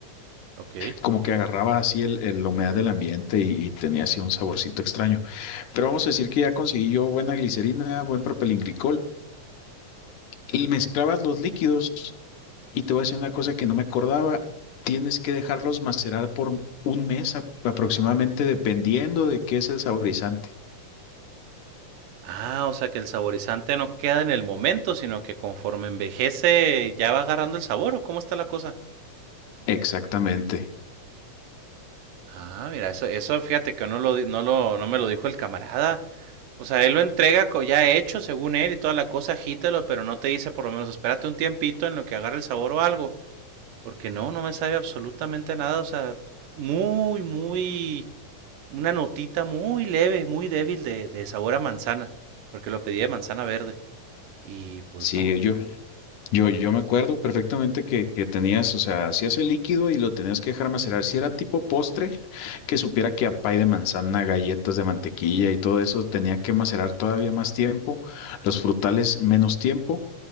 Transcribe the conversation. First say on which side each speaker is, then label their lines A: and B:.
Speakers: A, on the right; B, on the left.
A: Ok.
B: como que agarraba así el, el- la humedad del ambiente y, y tenía así un saborcito extraño. Pero vamos a decir que ya conseguí yo buena glicerina, buen propilenglicol y mezclabas los líquidos y te voy a decir una cosa que no me acordaba, tienes que dejarlos macerar por un mes a- aproximadamente dependiendo de qué es el saborizante.
A: Ah, o sea que el saborizante no queda en el momento, sino que conforme envejece ya va agarrando el sabor, ¿o cómo está la cosa?
B: Exactamente.
A: Ah, mira, eso, eso fíjate que no lo, di- no lo, no me lo dijo el camarada. O sea, él lo entrega co- ya hecho, según él, y toda la cosa, agítalo, pero no te dice por lo menos, espérate un tiempito en lo que agarre el sabor o algo. Porque no, no me sabe absolutamente nada. O sea, muy, muy, una notita muy leve, muy débil de, de sabor a manzana. Porque lo pedí de manzana verde. Y pues
B: Sí,
A: no.
B: yo, yo, yo me acuerdo perfectamente que, que tenías, o sea, hacías el líquido y lo tenías que dejar macerar. Si era tipo postre, que supiera que a pay de manzana, galletas de mantequilla y todo eso tenía que macerar todavía más tiempo, los frutales menos tiempo,